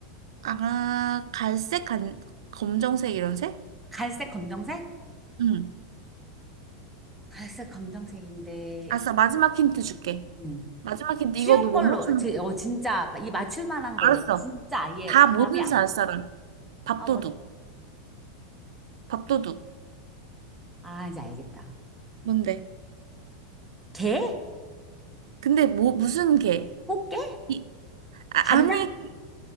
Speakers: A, on the right; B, in the centre.
A: 아, 갈색, 간, 검정색 이런 색?
B: 갈색, 검정색?
A: 응.
B: 갈색, 검정색인데
A: 알았어, 마지막 힌트 줄게.
B: 음.
A: 마지막 힌트
B: 쉬운
A: 이거 너 못
B: 걸로
A: 맞추는
B: 제,
A: 거
B: 어, 진짜 이 맞출 만한
A: 알았어.
B: 걸로 나 진짜 아예
A: 다
B: 감이
A: 모든
B: 안
A: 살
B: 와.
A: 사람. 밥도둑.
B: 아, 뭘.
A: 밥도둑.
B: 아, 이제 알겠다.
A: 뭔데?
B: 게?
A: 근데 뭐 무슨 개?
B: 꽃게?
A: 이, 아,
B: 간장?
A: 아니